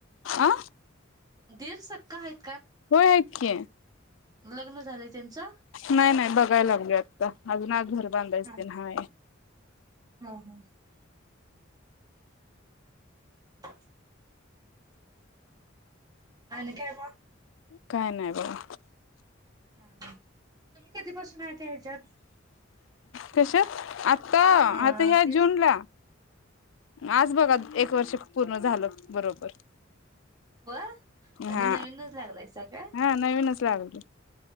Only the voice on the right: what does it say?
दीर सक्क हाईत.
लग्न झालंय त्यांचं
हा
हा,
हा हा. <unintelligible> अनी काय मग?
ह तुम्ही कधीपासून आहे ह्याच्यात
अ
तेच
व म्हणजे
नवीनच लागलायसा काय